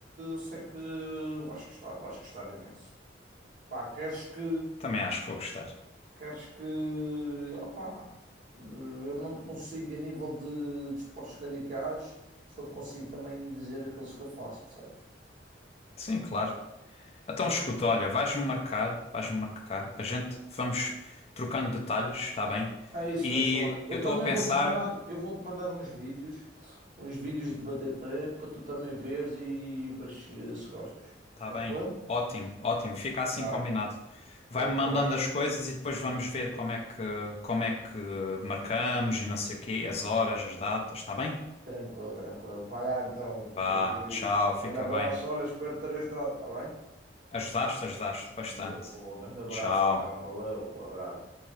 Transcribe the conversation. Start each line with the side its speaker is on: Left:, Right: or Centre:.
Right: sei que vais gostar, vais gostar imenso. Pá, queres que.
Left: também acho que vou gostar.
Right: Queres que. opá, eu não te consigo, a nível de, de esportes radicais, só te consigo também dizer aqueles que eu faço, percebes?
Left: Sim, claro. Então, escuta, olha, vais-me marcar, vais-me marcar, a gente vamos trocando detalhes, está bem?
Right: É isso,
Left: E
Right: vamos falar. Eu
Left: eu
Right: também
Left: estou a pensar,
Right: vou-te mandar, eu vou-te mandar uns vídeos, uns vídeos de BTT para tu também veres e veres se se gostas.
Left: está
Right: Tranquilo?
Left: bem, ótimo, ótimo, fica
Right: Ok,
Left: assim combinado. Vai-me
Right: tranquilo,
Left: mandando as coisas e depois vamos ver como é que, como é que marcamos e não sei o quê, as horas, as datas, está bem?
Right: tranquilo, tranquilo. Vai lá então,
Left: Vá,
Right: grande Yuri.
Left: tchau, fica
Right: Grande abraço,
Left: bem.
Right: olha, espero ter ajudado, tá bem?
Left: Ajudaste, ajudaste bastante.
Right: Boa, boa, grande abraço
Left: Tchau.
Right: então, valeu, um abraço.